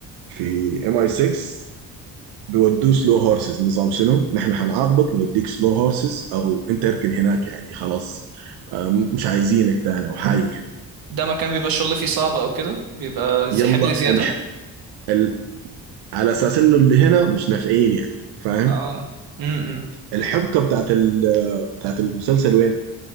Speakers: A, on the right; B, on the right.
A: في ام اي 6 بيودوه سلو هورسز نظام شنو؟ نحن هنعاقبك نوديك سلو هورسز او انت اركن هناك يعني خلاص آه، مش عايزينك تاني او حاجه كده
B: ده مكان بيبقى الشغل فيه صعب أو كده بيبقى ز-
A: يلا
B: حمل زيادة
A: الح... ال... على اساس انه اللي هنا مش نافعين يعني فاهم؟
B: اه امم
A: الحبكه بتاعت ال... بتاعت المسلسل وين؟